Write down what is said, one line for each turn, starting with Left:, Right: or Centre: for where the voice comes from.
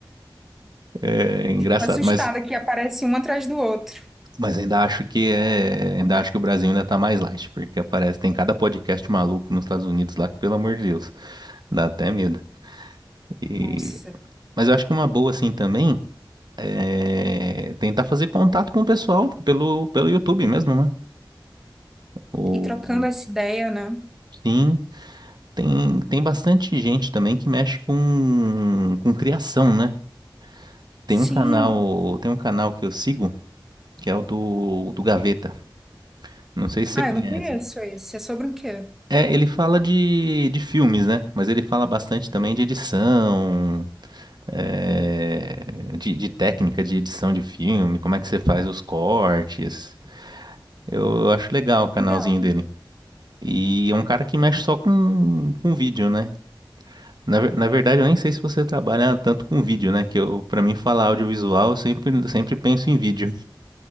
Right: É engraçado,
Centre: Assustada
Right: mas
Centre: que aparece um atrás do outro.
Right: Mas ainda acho que é, ainda acho que o Brasil ainda tá mais light, porque aparece, tem cada podcast maluco nos Estados Unidos lá que, pelo amor de Deus, dá até medo. E,
Centre: Nossa.
Right: mas eu acho que uma boa assim também é tentar fazer contato com o pessoal pelo, pelo YouTube mesmo, né? O,
Centre: E trocando essa ideia, né?
Right: sim, tem, tem bastante gente também que mexe com, com criação, né? Tem
Centre: Sim.
Right: um canal, tem um canal que eu sigo que é o do, do Gaveta. Não sei se você
Centre: Ah,
Right: conhece.
Centre: eu não conheço esse. É sobre um quê?
Right: É, ele fala de, de filmes, né? Mas ele fala bastante também de edição, é, de, de técnica de edição de filme, como é que você faz os cortes. Eu acho legal o canalzinho
Centre: Legal.
Right: dele. E é um cara que mexe só com, com vídeo, né? Na, ver- na verdade, eu nem sei se você trabalha tanto com vídeo, né? Que eu, para mim, falar audiovisual, eu sempre, sempre penso em vídeo.